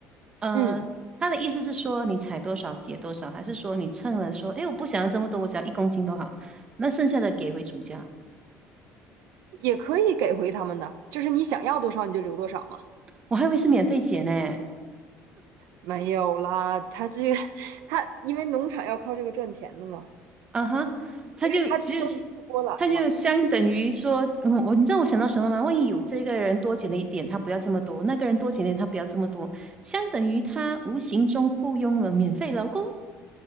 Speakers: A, on the right; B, on the right.
A: 呃，
B: 嗯，
A: 他的意思是说你采多少给多少，还是说你称了说，哎，我不想要这么多，我只要一公斤都好，那剩下的给回主家。
B: 也可以给回他们的，就是你想要多少你就留多少嘛。
A: 我还以为是免费减呢，
B: 没有啦，他这个 <laughs> 他因为农场要靠这个赚钱的嘛，
A: 啊哈，他就就是
B: 因为他收集不过来嘛。
A: 他就相等于说，嗯我你知道我想到什么吗？万一有这个人多减了一点，他不要这么多；那个人多减了一点，他不要这么多，相等于他无形中雇佣了免费劳工。